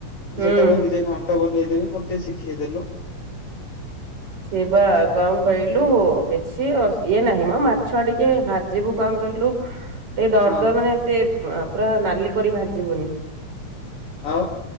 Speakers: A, on the left; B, on the right.
A: ମୁଁ
B: ହୁଁ।
A: ସେତେବେଳେ ନିଜେ ଘାଣ୍ଟ ବନେଇଦେବି ମତେ ଟିକେ ଶିଖେଇଦେଲୁ।
B: ସେ ବା କଣ କହିଲୁ କିଛି ଇଏ ନାହିଁମୋ ମାଛ ଟିକେ ଭାଜିବୁ କଣ କହିଲୁ ଟିକେ ଦରଦର
A: ହଁ
B: ମାନେ ଏତେ ପୁରା ନାଲି କରି ଭାଜିବୁନି
A: ଆଉ?